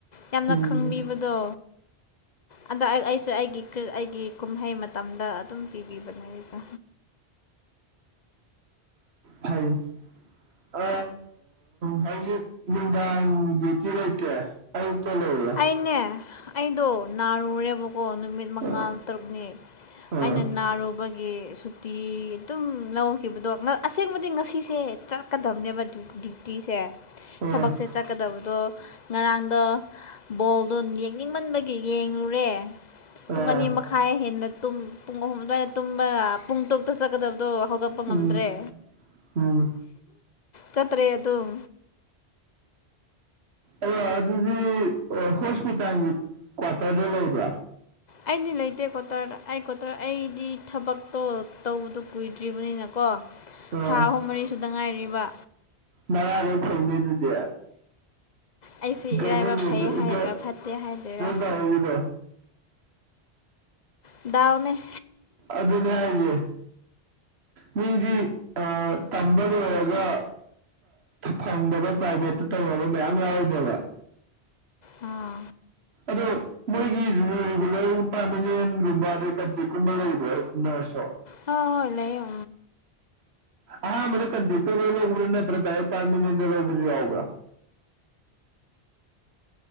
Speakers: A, on the left; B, on the right.
A: ꯌꯥꯝꯅ
B: ꯎꯝ
A: ꯈꯪꯕꯤꯕꯗꯣ꯫ ꯑꯗꯣ ꯑꯩꯁꯨ ꯑꯩꯒꯤ ꯑꯩꯒꯤ ꯀꯨꯝꯍꯩ ꯃꯇꯝꯗ ꯑꯗꯨꯝ ꯄꯤꯕꯤꯕꯅꯦ ꯑꯩꯁꯨ꯫
B: ꯐꯩ꯫ ꯑ ꯍꯧꯖꯤꯛ ꯅꯨꯡꯗꯥꯡ ꯗꯤꯌꯨꯇꯤ ꯂꯩꯇꯦ꯫ ꯑꯌꯨꯛꯇ ꯂꯩꯌꯦ꯫
A: ꯑꯩꯅꯦ ꯑꯩꯗꯣ ꯅꯥꯔꯨꯔꯦꯕꯀꯣ ꯅꯨꯃꯤꯠ ꯃꯉꯥ
B: ꯑꯥ
A: ꯇꯔꯨꯛꯅꯤ
B: ꯑꯥ
A: ꯑꯩꯅ ꯅꯥꯔꯨꯕꯒꯤ ꯁꯨꯇꯤ ꯑꯗꯨꯝ ꯂꯧ ꯈꯤꯕꯗꯣ ꯑꯁꯦꯡꯕꯗꯤ ꯉꯁꯤꯁꯦ ꯆꯠꯀꯗꯕꯅꯦꯕ ꯗ꯭ꯌꯨꯇꯤꯁꯦ
B: ꯑꯥ
A: ꯊꯕꯛꯁꯦ ꯆꯠꯀꯗꯕꯗꯣ ꯉꯔꯥꯡꯗꯣ ꯕꯣꯜꯗꯣ ꯌꯦꯡꯅꯤꯡꯃꯟꯕꯒꯤ ꯌꯦꯡꯉꯨꯔꯦ
B: ꯑꯥ
A: ꯄꯨꯡ ꯑꯅꯤ ꯃꯈꯥꯏ ꯈꯥꯏ ꯍꯦꯟꯅ ꯇꯨꯝ ꯄꯨꯡ ꯑꯍꯨꯝ ꯑꯗꯨꯋꯥꯏꯗ ꯇꯨꯝꯕ ꯄꯨꯡ ꯇꯔꯨꯛꯇ ꯆꯠꯀꯗꯕꯗꯣ ꯍꯧ ꯒꯠꯄ
B: ꯎꯝ
A: ꯉꯝꯗ꯭ꯔꯦ
B: ꯎꯝ
A: ꯆꯠꯇ꯭ꯔꯦ ꯑꯗꯨꯝ
B: ꯑꯣ ꯑꯗꯨꯗꯤ ꯍꯣꯁꯄꯤꯇꯥꯜꯒꯤ ꯀ꯭ꯋꯥꯇꯔꯗ ꯂꯩꯕ꯭ꯔꯥ
A: ꯑꯩꯗꯤ ꯂꯩꯇꯦ ꯀ꯭ꯋꯥꯇꯔꯗ ꯑꯩ ꯀ꯭ꯋꯥꯇꯔ ꯑꯩꯗꯤ ꯊꯕꯛꯇꯣ ꯇꯧꯕꯗꯣ ꯀꯨꯏꯗ꯭ꯔꯤꯕꯅꯤꯅꯀꯣ
B: ꯑꯥ
A: ꯊꯥ ꯑꯍꯨꯝ ꯃꯔꯤ ꯁꯨꯗ ꯉꯥꯏꯔꯤꯕ
B: ꯃꯔꯥꯏꯕꯛ ꯐꯩꯅꯦ ꯑꯗꯨꯗꯤ
A: ꯑꯩꯁꯤ
B: ꯒꯣꯕꯔꯃꯦꯟꯠꯗ
A: ꯏꯔꯥꯏꯕ ꯐꯩ ꯍꯥꯏꯗꯣꯏꯔꯥ ꯐꯠꯇꯦ ꯍꯥꯏꯗꯣꯏꯔꯥ
B: ꯇꯧꯍꯧꯔꯤꯗꯣ
A: ꯗꯥꯎꯅꯦ
B: ꯑꯗꯨꯅꯦ ꯍꯥꯏꯁꯦ ꯃꯤꯗꯤ ꯑ ꯇꯝꯕ ꯂꯣꯏꯔꯒ ꯐꯪꯗꯕ ꯄ꯭ꯔꯥꯏꯚꯦꯠꯇ ꯇꯧꯅꯕ ꯃꯌꯥꯝ ꯌꯥꯎꯔꯤꯅꯦꯕ
A: ꯑꯥ
B: ꯑꯗꯨ ꯃꯣꯏꯒꯤ ꯔꯤꯒꯨꯂꯔ ꯄꯥꯔꯃꯤꯅꯦꯟꯒꯨꯝꯕ ꯑꯗꯩ ꯀꯟꯇ꯭ꯔꯤꯛꯀꯨꯝꯕ ꯂꯩꯕ꯭ꯔꯥ ꯅꯔꯁꯁꯨ
A: ꯍ ꯍꯣꯏ ꯂꯩꯌꯦ
B: ꯑꯍꯥꯟꯕꯗ ꯀꯟꯇꯦꯛꯗ ꯂꯧꯕ꯭ꯔꯥ ꯅꯠꯇ꯭ꯔꯥ ꯗꯥꯏꯔꯦꯛ ꯄꯥꯔꯃꯤꯅꯦꯟꯗ ꯂꯧꯕꯁꯨ ꯌꯥꯎꯕ꯭ꯔꯥ